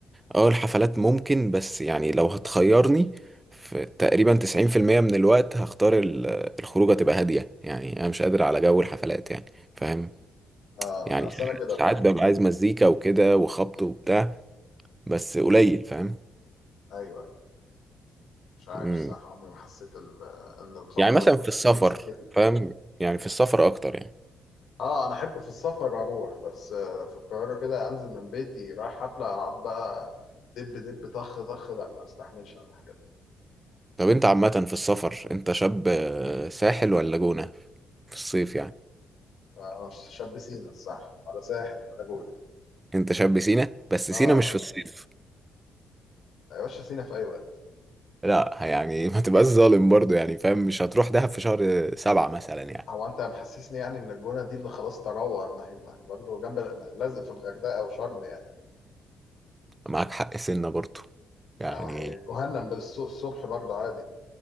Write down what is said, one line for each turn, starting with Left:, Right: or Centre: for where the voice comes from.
Right: اه الحفلات ممكن بس يعني لو هتخيرني في تقريبا 90% من الوقت هختار ال- الخروجة تبقى هادية يعني أنا مش قادر على جو الحفلات يعني فاهم
Left: اه
Right: يعني
Left: اصل انا كده
Right: ساعات
Left: بقى
Right: ببقى عايز مزيكا وكده وخبط وبتاع بس قليل فاهم
Left: ايوه ايوه مش عارف
Right: مم.
Left: صح عمري ما حسيت ال- ان الخبطه
Right: يعني مثلا
Left: والتخبيط
Right: في السفر
Left: دي سكتي
Right: فاهم يعني في السفر أكتر يعني
Left: اه انا احب في السفر اروح بس آه، في القاهره كده انزل من بيتي رايح حفله اقعد بقى دب دب طخ طخ لا ما استحملش انا الحاجات دي
Right: طب أنت عامة في السفر أنت شاب آه، ساحل ولا جونة في الصيف يعني
Left: آه، انا شاب سينا صح ولا ساحل ولا جونه
Right: أنت شاب سينا بس
Left: اه
Right: سينا مش في الصيف
Left: يا باشا سينا في اي وقت
Right: لا يعني ما تبقاش ظالم برضو يعني فاهم مش هتروح دهب في شهر سبعة مثلا يعني
Left: هو انت محسسني يعني ان الجونه دي اللي خلاص تراوه ما هي ما هي برضه جنب ما لازم في الغردقه او شرم يعني
Right: معاك حق سنة برضو يعني
Left: يعني ما هي جهنم بالصبح برضه عادي